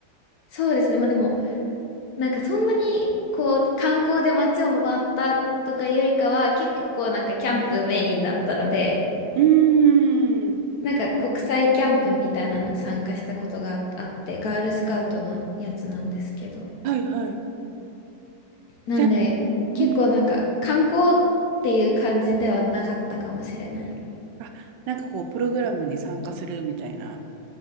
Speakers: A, on the left (about 65°); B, on the right (about 80°).
A: そうですね。まあでも、なんかそんなにこう観光で街を回ったとかよりかは結構なんかキャンプメインだったので
B: うーん。
A: なんか国際キャンプみたいなのに参加したことがあってガールスカウトのやつなんですけど
B: はいはい。
A: なんで結構なんか観光っていう感じではなかったかもしれない
B: じゃあ、うん。あ、なんかこう、プログラムに参加するみたいな